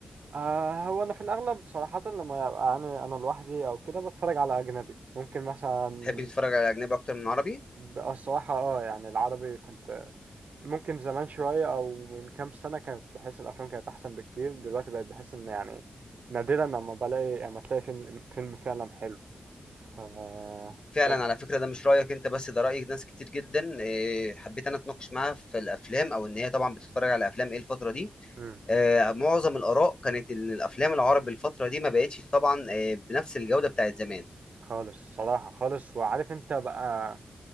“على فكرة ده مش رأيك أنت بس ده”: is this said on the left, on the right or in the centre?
Left